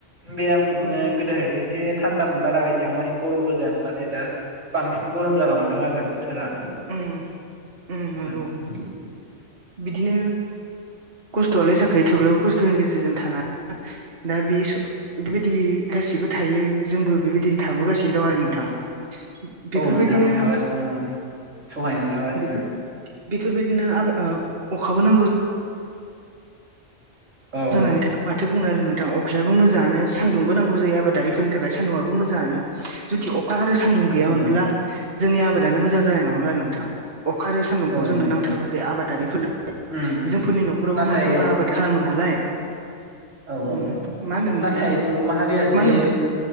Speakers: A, on the right (about 85°); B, on the right (about 50°).
A: बे आं बिदिनो
B: उम
A: गोदोहायथ' एसे थान्दा बारा एसेबां मानि गरमबो जाया नाथाय दा बांसिन गरम जालांदों आरो बोथोरा
B: उम उम
A: <unintelligible>
B: नंगौ बिदिनो खस्थ'आलाय जाखायो थेवब्लाबो खस्थ'नि गेजेरजों थाना दा बि स बेबायदि गासिबो थायो जोंबो बेबायदिनो थाबोगासिनो दं आरो नोंथां बेफोरबायदिनो
A: औ नोंथां थागासिनो सहायनानै थागासिनो
B: बेफोर बेफोरबायदिनो <unintelligible> अखाबो नांगौ
A: औ
B: जानायनि थाखा माथो बुंनो आरो नोंथां अखायाबो मोजाङानो सान्दुंबो नांगौ जायो आबादारिफोरनि थाखाय सान्दुङाबो मोजाङानो जुदि अखा आरो सान्दुं गैयामोनब्ला
A: औ नोंथां
B: जोंनि आबादानो मोजां जानाय नङामोन आरो नोंथां अखा आरो सान्दुंखौ
A: औ
B: जोंनो
A: नोंथां
B: नांथारगौ जायो आबादारिफोरनो
A: उम
B: जोंफोरनि न'खरावबो
A: नाथाय
B: मानो होनबा आबाद खालामो नालाय
A: औ औ
B: उम मा होनदों नोंथाङा
A: नाथाय सुबुं माहारिया
B: मा
A: जि
B: होनदों